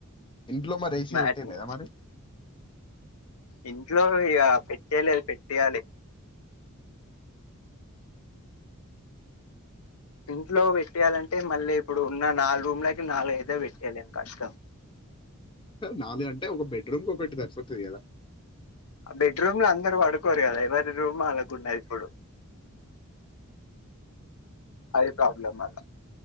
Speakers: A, on the left; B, on the left.
A: ఇంట్లో మరి ఏసీ
B: మ్యాట్ని
A: పెట్టయా లేదా మరి
B: ఇంట్లో ఇక పెట్టేయలేదు పెట్టేయాలి ఇంట్లో పెట్టేయాలంటే మళ్ళీ ఇప్పుడు ఉన్న నాలుగు రూమ్లకి నాలుగు అయితే పెట్టేయాలిం కష్టం
A: నాలుగు అంటే ఒక బెడ్రూమ్కి ఒకటి సరిపోతుంది కదా
B: బెడ్రూమ్లు అందరుూ పడుకోరు కదా ఎవరి రూమ్ ఆళకుండ ఇప్పుడు అది ప్రాబ్లమ్ మాల